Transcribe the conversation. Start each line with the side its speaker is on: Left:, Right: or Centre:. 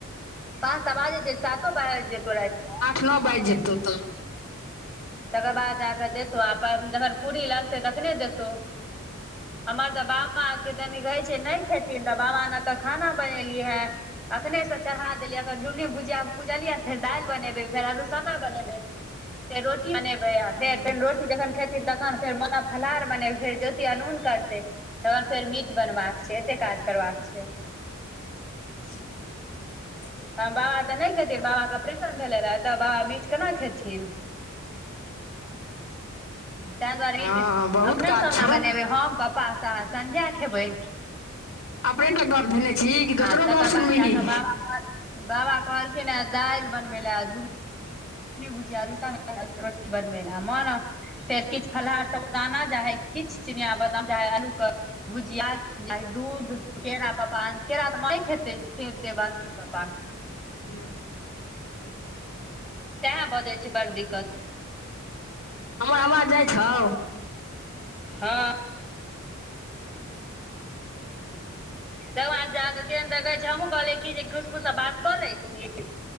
Centre: पाँच त बाजै चै, सातो बायज जेतौ राइत।
Left: नाॅ बाइज जेतौ तऽ
Centre: तकर बाद जाकऽ देतौ, आ अपन जखन कूड़ी लगतै तखने देतौ। हमर तऽ बाबा के तनि कहै छियै, नैय खेथिन तऽ बाबा न तऽ खाना बनेलिय हैऽ। अखने स चरहा देलियै, अखन झूमनी भुजिया बुजलियै, फेर दाइल बनेबै, फेर अलूसना बनेबै। फेर रोटी बनेबै,
Left: हूँ।
Centre: फेर तन रोटी जखन खेत ती तखन फेर मोना फलहार बने, फेर जोति अनून करतै। तऽन फेर मीट बनबाकऽ छै, एते काज करबाक छिय।
Left: <inaudible>
Centre: हम बाबा तऽ नैय खेतिन, बाबा कऽ ऑपरेशन भेले राइ, तऽ बाबा मीट केना खेथिन? तैंऽ दुआरे
Left: हँ
Centre: ईट
Left: बहुत
Centre: अपना
Left: काज
Centre: सब
Left: छौ
Centre: न मनेबै, हम पप्पा सा-संध्या खेबै।
Left: अपने टा गप्प धेंने छीइ, कि
Centre: आ
Left: दोसरो
Centre: तकर
Left: गप्प
Centre: बाद
Left: सुनबीहीं?
Centre: जाकऽ बाबा बाबा कहलखिन हैंऽ दाईल बनबै लैऽ, झुम उमनी भुजिया, अलुसं <inaudible> रोटी बनबै लैऽ, मॉन फेर किछ फलहार सबुरदाना जाहैइ, किछ चिनीयाॅं बदाम जाहैइ, आलू क भुजिया जाहे दूध, केरा पप्पा अन, केरा तऽ माॅं नैय खेतै सेब-तेब अन तिन पप्पा।
Left: हँ।
Centre: सैहैऽ भऽ जाइ छै बड़ दिक्कत
Left: हमर आवाज जाइ छौ?
Centre: हँ। तकऽ बाद जाकऽ केहेन त कहै छै? हमहुँ कहलियै कि जे खुशबू स बात कऽ लै छी।